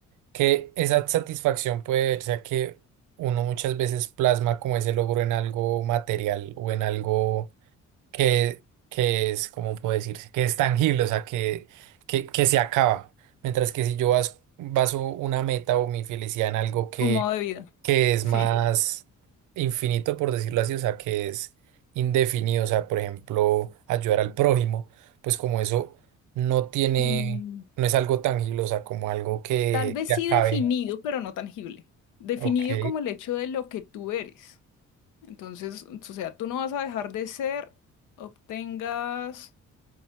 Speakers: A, on the right; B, on the left.
A: que esa satisfacción puede verse a que uno muchas veces plasma como ese logro en algo material o en algo que, que es, ¿cómo puedo decirse? Que es tangible, o sea, que, que, que se acaba. Mientras que si yo bas- baso una meta o mi felicidad en algo que,
B: un modo de vida,
A: que es
B: sí.
A: más infinito, por decirlo así, o sea, que es indefinido, o sea, por ejemplo, ayudar al prójimo, pues como eso no tiene,
B: Mm,
A: no es algo tangible, o sea, como algo que
B: tal vez
A: se
B: sí
A: acabe.
B: definido, pero no tangible. Definido
A: Ok,
B: como el hecho de lo que tú eres. Entonces, o sea, tú no vas a dejar de ser, obtengas